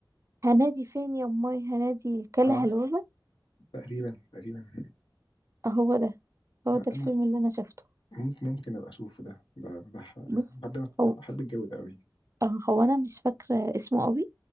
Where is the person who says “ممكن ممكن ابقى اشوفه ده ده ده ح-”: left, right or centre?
Left